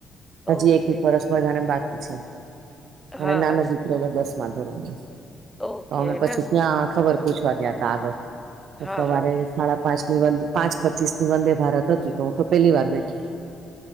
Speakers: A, in the centre; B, on the right.
A: ઓકે.
B: હજી એક એક વરષ બધા ને બાકી છે
A: હા,
B: મ નાનો
A: હા. સ
B: દીક બસ માં ધોરમે
A: ઓકે. ના
B: પછી
A: સ
B: ત્યાં ખબર પૂછવા ગયા ત આગળ તો
A: હા,
B: સવારે
A: હા.
B: સાડા પાંચ ની વ પાંચ પચીસ ની વંદે ભારત હતી તો તો પેલી વાર બેઠી